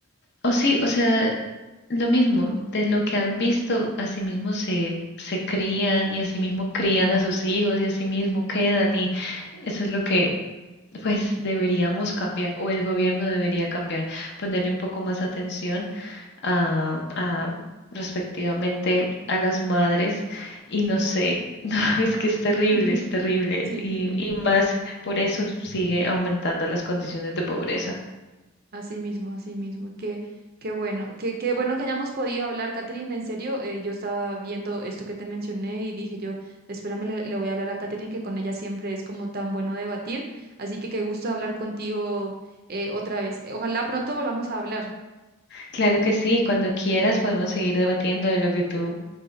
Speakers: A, on the left (about 50°); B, on the right (about 45°).
A: O sí, o sea, lo mismo, de lo que han visto, así mismo se, se crían y así mismo crían a sus hijos y así mismo quedan y eso es lo que pues deberíamos cambiar o el gobierno debería cambiar, ponerle un poco más atención a, a respectivamente a las madres y no sé, <laughs> no, es que es terrible,
B: Ujú.
A: es terrible
B: <laughs>
A: y,
B: Sí,
A: y más por eso sigue aumentando las condiciones de pobreza.
B: así mismo, así mismo. Qué, qué bueno, qué, qué bueno que hayamos podido hablar, Catherine. En serio, eh, yo estaba viendo esto que te mencioné y dije yo, espérame, le, le voy a hablar a Catherine, que con ella siempre es como tan bueno debatir. Así que qué gusto hablar contigo eh, otra vez. Ojalá pronto volvamos a hablar.
A: Claro que sí, cuando quieras podemos seguir debatiendo de lo que tú,